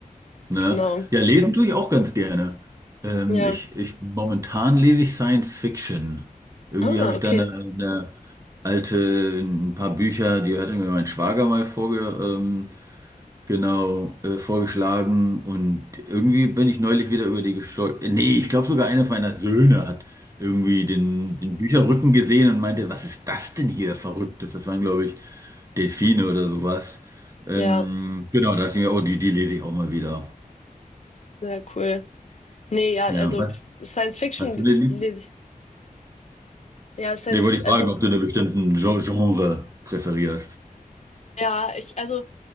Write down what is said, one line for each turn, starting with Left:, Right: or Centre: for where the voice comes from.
Right: Ne?
Left: genau,
Right: Ja, lesen tue ich auch ganz gerne. Ähm,
Left: ja.
Right: ich, ich, momentan lese ich Science Fiction. Irgendwie
Left: Ah,
Right: habe ich
Left: okay,
Right: da eine, eine alte, ein paar Bücher, die hatte mir mein Schwager mal vorge, ähm, Genau, äh, vorgeschlagen und irgendwie bin ich neulich wieder über die gestolpert. Nee, ich glaube sogar einer meiner Söhne hat irgendwie den, den Bücherrücken gesehen und meinte, was ist das denn hier Verrücktes? Das waren, glaube ich, Delfine oder sowas. Ähm,
Left: ja,
Right: genau, da dachte ich mir, oh, die, die lese ich auch mal wieder.
Left: sehr cool. Nee, ja,
Right: Ja,
Left: also
Right: was
Left: Science Fiction
Right: hast du denn lieb?
Left: lese ich. Ja, Science,
Right: Nee, wollte ich
Left: also
Right: fragen, ob du einen bestimmten Gen- Genre präferierst.
Left: ja, ich, also